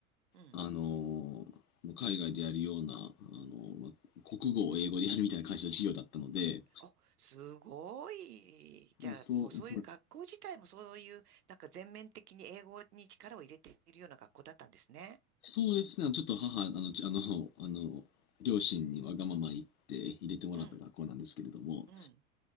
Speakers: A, on the right; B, on the left.
A: うん。
B: あのー海外でやるような、あのー国語を英語でやるみたいな会社の授業だったので、
A: あ、すごい。じゃあ、
B: そう、
A: もうそういう学校自体もそういう、なんか全面的に英語に力を入れているような学校だったんですね。
B: そうですね、ちょっと母、あの、あの、あの、両親にわがまま言って入れてもらった学校なんですけれども、
A: うん。うん。